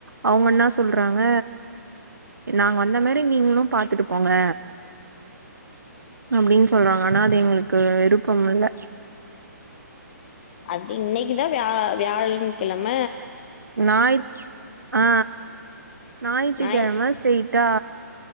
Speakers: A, on the right (about 80°); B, on the left (about 40°).
A: அவுங்க என்னா சொல்றாங்க நாங்க வந்த மாறி நீங்களு பாத்துட்டு போங்க அப்படின் சொல்றாங்க ஆனா அது எங்களுக்கு விருப்பம் இல்ல
B: அது இன்னிக்குதா வியா வியாழன் கிழம
A: ஞாய ஆ ஞாயித்துக்கிழம
B: ஞாய்
A: ஸ்டெய் ட்டா